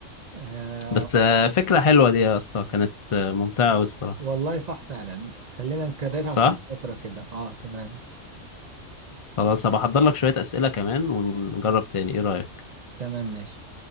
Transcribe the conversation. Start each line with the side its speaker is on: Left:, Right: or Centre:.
Right: آه
Left: بس آه، فكرة حلوة دي يا اسطى كانت آه، ممتعة أوي الصراحة
Right: والله صح فعلا خلينا نكررها
Left: صح
Right: كل فترة كده اه تمام
Left: خلاص هبقى احضر لك شوية أسئلة كمان ونجرب تاني ايه رأيك
Right: تمام ماشي